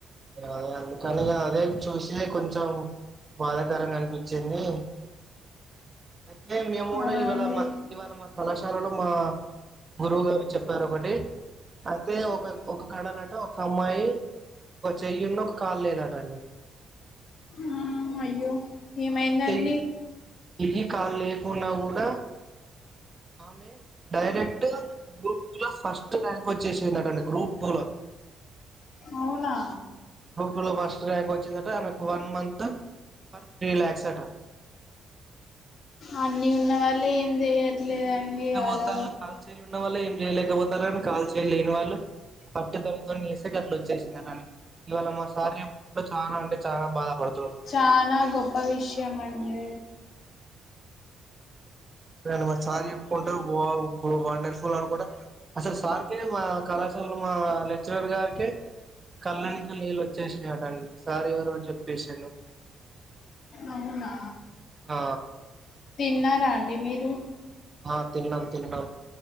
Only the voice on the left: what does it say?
అవునండి
ఆ అయ్యో ఏమైందండి
ఔనా
అన్నీ ఉన్న వాళ్ళ ఏం చెయట్లేదండి
అలా
చాలా గొప్ప విషయం అండి
అవునా
తిన్నారా అండి మీరు